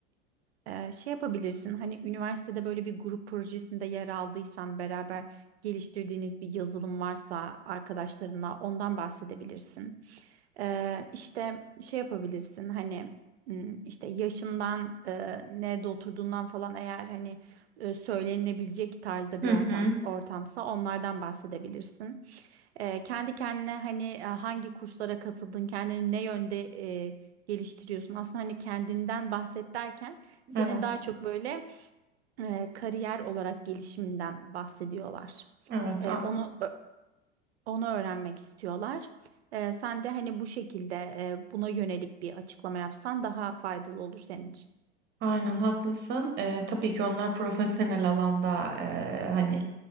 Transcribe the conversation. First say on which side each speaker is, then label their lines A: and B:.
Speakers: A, on the right; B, on the right.
A: Ee, şey yapabilirsin hani üniversitede böyle bir grup projesinde yer aldıysan beraber geliştirdiğiniz bir yazılım varsa arkadaşlarınla ondan bahsedebilirsin. Ee, işte şey yapabilirsin hani m, işte yaşından e, nerede oturduğundan falan eğer hani e, söylenebilecek tarzda
B: Hı
A: bir ortam
B: hı.
A: ortamsa onlardan bahsedebilirsin. E, kendi kendine hani e, hangi kurslara katıldın, kendini ne yönde e, geliştiriyorsun? Aslında hani kendinden bahset derken senin
B: Evet.
A: daha çok böyle e, kariyer olarak gelişiminden bahsediyorlar.
B: Evet,
A: E, onu ö- onu öğrenmek istiyorlar. E, sen de hani bu şekilde e, buna yönelik bir açıklama yapsan daha faydalı olur senin için.
B: Aynen haklısın. Ee, tabii ki onlar profesyonel alanda e, hani